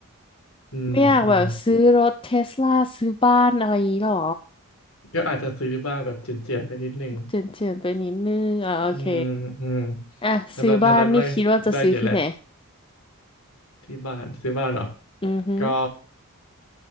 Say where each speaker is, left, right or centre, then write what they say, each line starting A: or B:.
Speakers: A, on the left; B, on the left.
A: ๆอืมอืม
B: ไม่อยากแบบซื้อรถเทสลาซื้อบ้านอะไรอย่างงี้หรอ
A: ก็อาจจะซื้อบ้างแบบเจียนๆไปนิดนึง
B: เฉียนเฉียนไปนิดนึงอ่าโอเค
A: อืมอืม
B: อ่ะซื้อบ้านนี่คิดว่าจะซื้อที่ไหน
A: อันนั้นอันนั้นไว้ได้เยอะแหละที่บ้านซื้อบ้านเหรอ
B: อือฮึ
A: ก็